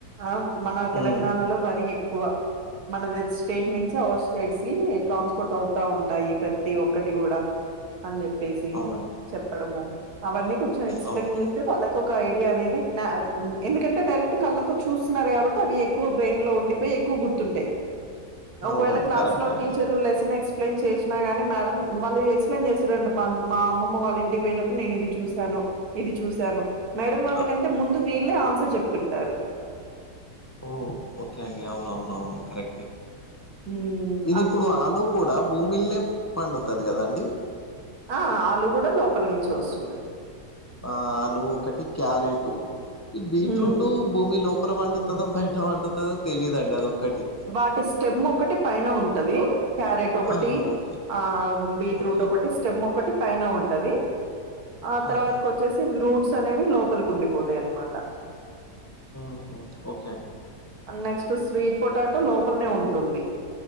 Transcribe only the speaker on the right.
ఆ మన
తెలంగాణలో వరి ఎక్కువ మనది స్టేట్ నుంచి అవర్ స్టేట్స్ కి ట్రాన్స్పోర్ట్ అవుతా ఉంట ట్టాయి ప్రతి ఒక్కటి కూడా అని చెప్పేసి
చెప్పడము అవన్నీ కొంచెం ఎక్స్ప్లెయిన్
చేస్త వాళ్ళకి ఒక ఐడియా అనేది ఎందుకంటే డైరెక్ట్ కళ్ళతో చూస్తున్నారు కాబట్టి అవి ఎక్కువ బ్రెయిన్ లో ఉండిపోయి ఎక్కువ గుర్తుంటాయి ఒకవేళ
క్లాస్
లో టీచర్
లెసన్ ఎక్స్ప్లెయిన్ చేసి నా గాని మేడం వాళ్ళు ఎక్స్ప్లెయిన్ చేస్తారండి మా అమ్మమ్మ వాళ్ళ ఇంటి పోయినప్పుడు నేను ఇది చూశాను ఇది చూశాను మేడం వాళ్ళకంటే
ముందు వీళ్ళే ఆన్సర్ చెప్తుంటారు
మ్
ఆ ఆళు కూడా లోపల నుంచే వస్తుంటది
ఉమ్
వాటి స్టెమ్ ఒకటి పైన ఉంటది క్యారెట్ ఒకటి
ఆ బీట్రూట్
ఒకటి స్టెమ్ ఒకటి పైన ఉంటది ఆ తర్వాతకు
వచ్చేసి రూట్స్ అనేవి లోపలికి ఉండిపోతాయి అన్నమాట
నెక్స్ట్ స్వీట్ పొటాటో లోపలనే ఉం టుంది